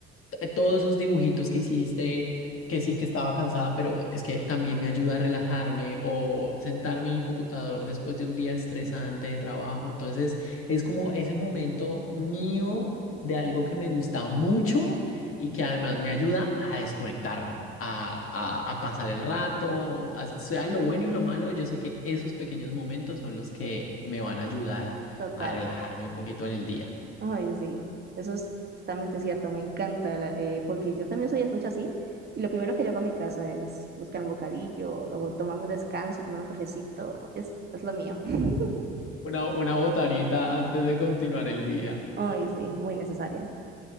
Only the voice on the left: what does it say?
t- todos esos dibujitos que hiciste, que sí que estaba cansada, pero es que también me ayuda a relajarme o sentarme en el computador después de un día estresante de trabajo. Entonces es como ese momento mío de algo que me gusta mucho y que además me ayuda a desconectarme, a, a, a pasar el rato, a- sea lo bueno y lo malo, yo sé que esos pequeños momentos son los que me van a ayudar
a relajarme un poquito en el día.
Una, una botanita antes de continuar el día.